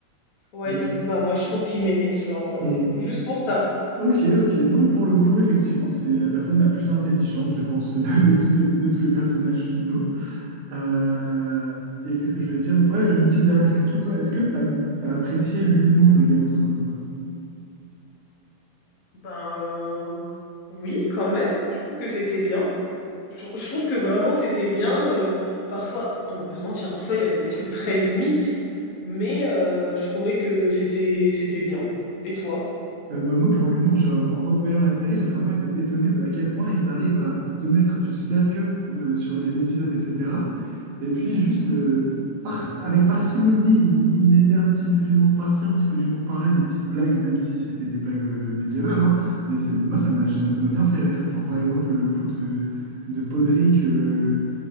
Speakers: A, on the left (about 50°); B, on the right (about 65°).
A: Ouais,
B: Mais,
A: du coup, bah, moi, je trouve qu'il mérite, genre, euh,
B: mais
A: juste pour ça.
B: ok, ok. Non, pour le coup, effectivement, c'est la personne la plus intelligente, je pense, <laughs> de, de toutes les- de tous les personnages finaux. Euh, et qu'est-ce que je voulais dire? Ouais, j'ai une petite dernière question, toi. Est-ce que t'as, t'as apprécié l'humour de Game of Thrones ou pas?
A: Ben Oui, quand même. Je trouve que c'était bien. Je, trou- je trouve que vraiment c'était bien. euh, parfois, on va pas se mentir, parfois il y avait des trucs très limites, mais euh, je trouvais que c'était c'était bien. Et toi?
B: Euh, moi, moi, pour l'humour, je- en revoyant la série, j'ai vraiment été étonné de à quel point ils arrivent à te mettre du sérieux euh, sur les épisodes, etc. Et puis juste euh, par- avec parcimonie, il, il mettait un petit peu d'humour par-ci, un petit peu d'humour par-là, des petites blagues, même si c'était des blagues euh, médiévales. hein. Mais c'est, moi, ça m'a, ça m'a bien fait rire. Genre par exemple le coup de, de Podrick, euh,